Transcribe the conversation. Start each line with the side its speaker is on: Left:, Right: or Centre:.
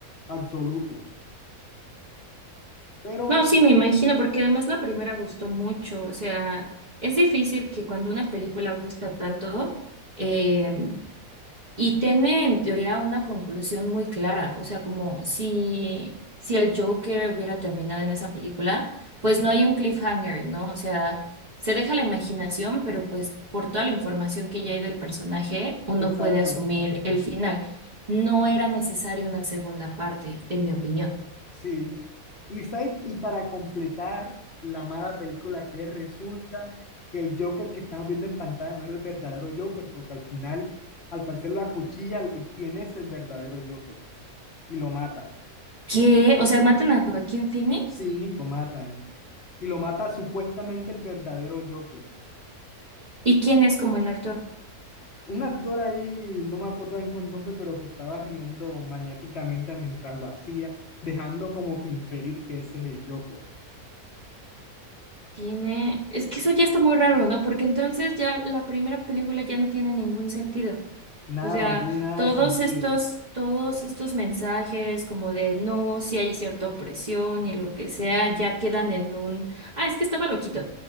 Left: absoluto. Pero,
Right: No, sí, me imagino, porque además la primera gustó mucho. O sea, es difícil que cuando una película gusta tanto, eh, Y tiene en teoría una conclusión muy clara, o sea, como si, si el Joker hubiera terminado en esa película, pues no hay un cliffhanger, ¿no? O sea, se deja la imaginación, pero pues por toda la información que ya hay del personaje, uno
Left: exacto,
Right: puede asumir el final. No era necesaria una segunda parte, en mi opinión.
Left: sí. Y, sa- y para completar la mala película que es, resulta que el Joker que estamos viendo en pantalla no era el verdadero Joker, porque al final, al parecer, lo acuchilla, ¿quién es el verdadero Joker? Y lo mata.
Right: Que, o sea, matan a Joaquín Phoenix
Left: Sí, lo matan. y lo mata supuestamente el verdadero Joker.
Right: y quién es como en actor.
Left: Un actor ahí, no me acuerdo ahora mismo el nombre, pero se estaba riendo maniáticamente mientras lo hacía, dejando como que inferir que ese es el Joker.
Right: Tiene, es que eso ya está muy raro, ¿no? Porque entonces ya la primera película ya no tiene ningún sentido.
Left: Nada,
Right: O sea,
Left: no tiene nada
Right: todos
Left: de sentido.
Right: estos, todos estos mensajes como de no, si hay cierta opresión y lo que sea, ya quedan en un, ah, es que estaba loquito.